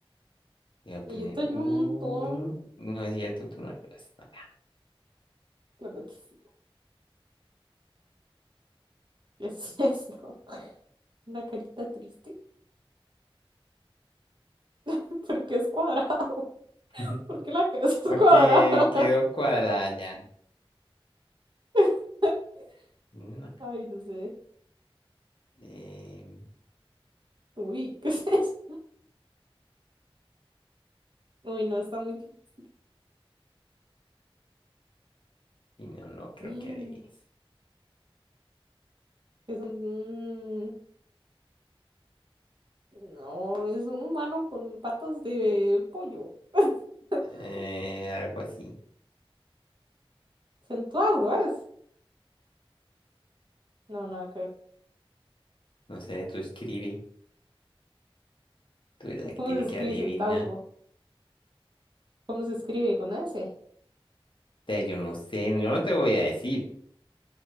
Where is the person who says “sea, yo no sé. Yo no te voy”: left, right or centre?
Left